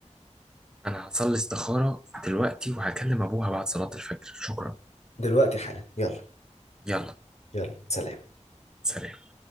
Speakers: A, in the centre; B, on the left.
A: أنا هصلي استخارة دلوقتي وهكلم أبوها بعد صلاة الفجر شكرا
B: دلوقتي حالا يلا
A: يلا
B: يلا سلام
A: سلام